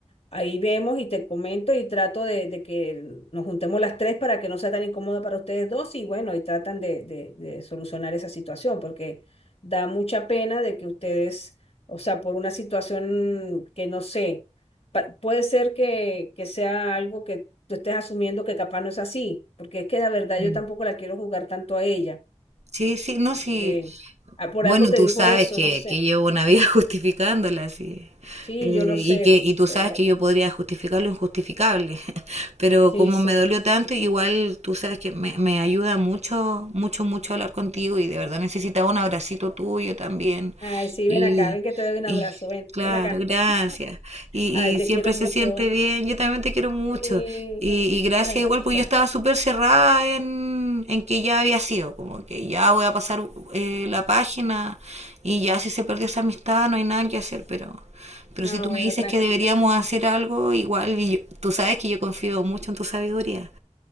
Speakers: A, on the left (about 60°); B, on the right (about 65°).
A: Ahí vemos y te comento y trato de, de que nos juntemos las tres para que no sea tan incómodo para ustedes dos y bueno, y tratan de, de- de solucionar esa situación porque da mucha pena de que ustedes, o sea, por una situación que no sé, pa- puede ser que, que sea algo que tú estés asumiendo que capaz no es así, porque es que la verdad
B: Mm.
A: yo tampoco la quiero jugar tanto a ella,
B: Sí, sí, no, sí,
A: porque ah, por
B: Bueno,
A: algo te
B: tú
A: dijo
B: sabes
A: eso,
B: que,
A: no sé.
B: que llevo una vida <laughs> justificándola, sí.
A: Sí,
B: Eh,
A: yo lo sé,
B: y que y tú
A: pero
B: sabes que yo podría justificar lo injustificable, <laughs> pero
A: sí,
B: como
A: sí.
B: me dolió tanto, igual tú sabes que me, me ayuda mucho, mucho, mucho hablar contigo y de verdad necesitaba un abracito tuyo también.
A: Ay, sí,
B: Y,
A: ven acá, ven que te doy un
B: y
A: abrazo, ven,
B: Claro,
A: ven acá.
B: gracias. Y,
A: Ay,
B: y
A: te
B: siempre
A: quiero
B: se
A: mucho.
B: siente bien. Yo también te quiero mucho.
A: Sí,
B: Y, y gracias
A: tranquila.
B: igual, porque yo estaba súper cerrada en, en que ya había sido, como que ya voy a pasar eh, la página y ya si se perdió esa amistad no hay nada que hacer, pero, pero
A: No,
B: si tú
A: bueno,
B: me dices
A: tranquila.
B: que deberíamos hacer algo, igual, y yo- tú sabes que yo confío mucho en tu sabiduría.